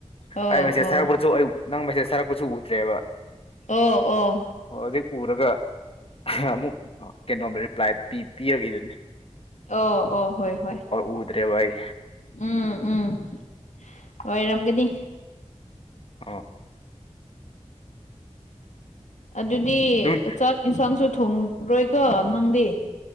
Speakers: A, on the left (about 80°); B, on the left (about 50°).
A: ꯑꯣ
B: ꯑꯩ ꯃꯦꯁꯦꯁ
A: ꯑꯣ
B: ꯊꯥꯔꯛꯄꯁꯨ ꯑꯩ ꯅꯪ ꯃꯦꯁꯦꯁ ꯊꯥꯔꯛꯄꯁꯨ ꯎꯗ꯭ꯔꯦꯕ
A: ꯑꯣ ꯑꯣ
B: ꯑꯣ ꯍꯧꯖꯤꯛ ꯎꯔꯒ <unintelligible> ꯑꯃꯨꯛ ꯑꯥ ꯀꯩꯅꯣꯝ ꯔꯤꯄ꯭ꯂꯥꯏ ꯄꯤ ꯄꯤꯔꯛꯏꯗꯨꯅꯦ
A: ꯑꯣ ꯑꯣ ꯍꯣꯏ ꯍꯣꯏ
B: ꯎꯗ꯭ꯔꯦꯕ ꯑꯩ
A: ꯎꯝ ꯎꯝ ꯑꯣꯏꯔꯝꯒꯅꯤ
B: ꯑꯣ
A: ꯑꯗꯨꯗꯤ
B: ꯅꯨꯡ
A: ꯆꯥꯛ ꯏꯟꯁꯥꯡꯁꯨ ꯊꯣꯡ ꯔꯣꯏꯀꯣ ꯅꯪꯗꯤ?